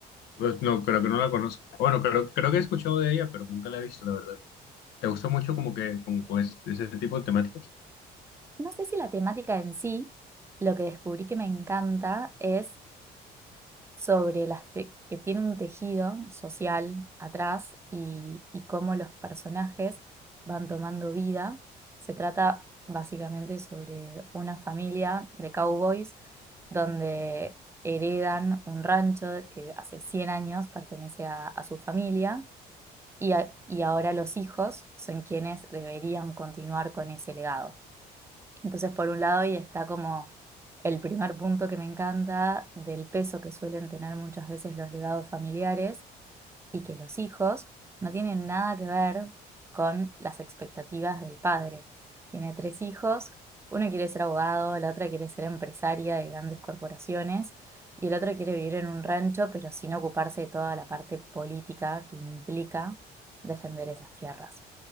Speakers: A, on the left; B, on the right.
A: Pues, no, creo que no la conozco. Bueno, creo, creo que he escuchado de ella, pero nunca la he visto, la verdad. ¿Te gusta mucho como que con, con es- ese, tipo de temáticas?
B: No sé si la temática en sí, lo que descubrí que me encanta es sobre las te- que tiene un tejido social atrás y, y cómo los personajes van tomando vida. Se trata básicamente sobre una familia de cowboys donde heredan un rancho que hace 100 años pertenece a, a su familia y, a- y ahora los hijos son quienes deberían continuar con ese legado. Entonces, por un lado, ahí está como el primer punto que me encanta del peso que suelen tener muchas veces los legados familiares y que los hijos no tienen nada que ver con las expectativas del padre. Tiene tres hijos, uno quiere ser abogado, la otra quiere ser empresaria de grandes corporaciones y el otro quiere vivir en un rancho, pero sin ocuparse de toda la parte política que implica defender esas tierras.